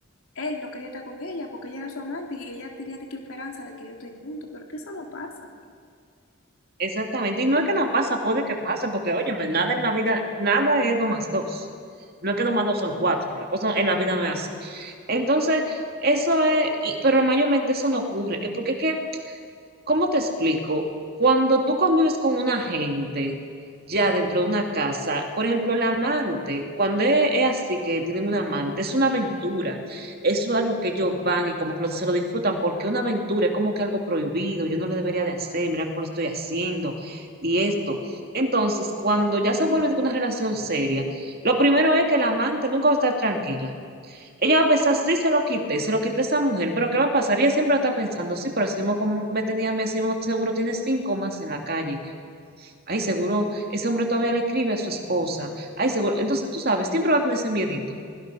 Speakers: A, on the left; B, on the right.
A: él no quería estar con ella porque ella era su amante y ella tenía de que esperanza de que yo estén juntos, pero que eso no pasa.
B: exactamente. Y no es que no pasa, puede que pase, porque oye, nada en la vida, nada es dos más dos. No es que dos más dos son cuatro, la cosa en la vida no es así. Entonces, eso es, y- pero mayormente eso no ocurre, es porque es que ¿Cómo te explico? Cuando tú convives con una gente ya dentro de una casa, por ejemplo, la amante, cuando es, es así que tienen una amante, es una aventura, es algo que ellos van y como que lo- se lo disfrutan, porque una aventura es como que algo prohibido, yo no lo debería de hacer, mira cómo lo estoy haciendo y esto. Entonces, cuando ya se vuelve de que una relación seria, lo primero es que la amante nunca va a estar tranquila. Ella va a pensar, sí, se lo quité, se lo quité a esa mujer, pero ¿qué va a pasar? Ella siempre va a estar pensando, sí, pero así mismo como me tenía, a mí, así mismo seguro tiene cinco más en la calle. Ay, seguro, ese hombre todavía le escribe a su esposa. Ay, seguro. Entonces, tú sabes, siempre va a tener ese miedito.